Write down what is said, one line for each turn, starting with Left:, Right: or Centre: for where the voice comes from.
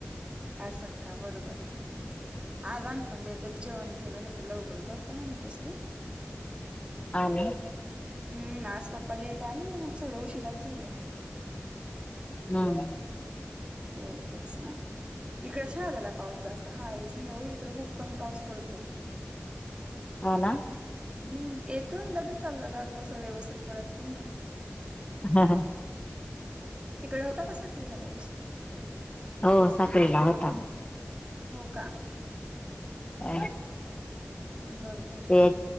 Right: आस का बरोबर. आज आम्ही पण लेटच जेवण केलं नाही तर लवकर करतो आम्ही तस.
Left: आणि...
Right: हम्म आज पप्पा लेट आले मग सगळ उशिराच झाल.
Left: हम..
Right: हो तेच ना इकडे शहाद्याला पाऊस जास्त हायच नाही हो इकडे खूप कमी पाऊस पडतो
Left: हा ना
Right: हम्म येतो गरी चालला जातो असं व्यवस्थित पडत पण नाही
Left: हा हा
Right: तिकडे होता का साखळीला पाऊस
Left: हो साखरीला होता
Right: हो का
Left: अ
Right: बरोबर
Left: ते